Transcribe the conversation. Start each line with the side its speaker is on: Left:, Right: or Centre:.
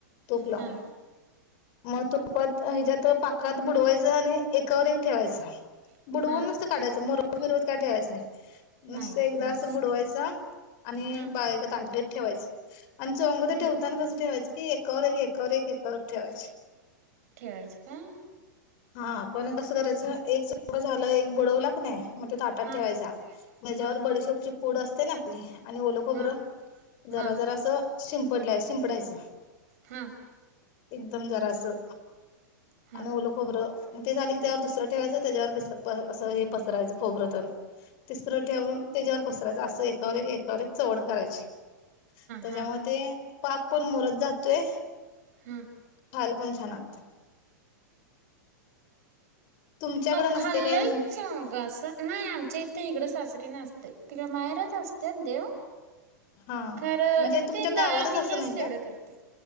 Left: तूप लावून
Right: हां
Left: मग तुपात हेज्यात पाकात बुडवायचं आणि एकावर एक ठेवायचं.
Right: हां
Left: बुडवून नुसतं काढायचं मुरवतं बिरवतं काय ठेवायचं नाही. नुस्त
Right: नाही
Left: एकदा
Right: हां
Left: असं बुडवायचं आणि
Right: हां
Left: ब ऐका ताटलित ठेवायचं. आणि चोंग ते
Right: हां
Left: ठेवताना कस ठेवायचं की एकावर एकावर एकावर एक ठेवायचे.
Right: ठेवायचे काय?
Left: हा पण कसं करायचं? एक चोंगा झाला, एक बुडवला क नाय मग तो ताटात
Right: हा
Left: ठेवायचा
Right: हा.
Left: म हेज्यावर
Right: हा
Left: बडीशेपची पूड असत क नाय आपली आणि ओल खोबरं
Right: हा हा
Left: जरा जरा सं शिंपडल शिंपडायचं
Right: हा हा
Left: एकदम जरासं,
Right: हा
Left: आणि ओल खोबरं, ते झाल कि त्यावर दुसरं ठेवायचं त्याच्यावर असं हे पसरायचं खोबरं तेन तिसरं ठेवून तेच्यावर पसरायचं, असं एकावर एक एकावर एक चवड करायची. तेच्यामुळ
Right: हा
Left: ते पाक पण मुरत जातोय
Right: हा
Left: खायला पण छान वाटतं. तुमच्याकडे
Right: खाल्लय
Left: नसते काही मग
Right: चौंगा असं नाही आमच्या इथं इकडं सासरी नसतय, तिकडे माहेरात असतात देव.
Left: हा
Right: खरं
Left: म्हणजे तुमच्या
Right: ते द
Left: गावातच
Right: मी
Left: असं
Right: हेच
Left: नाही
Right: तेवढं
Left: काय
Right: करतोय.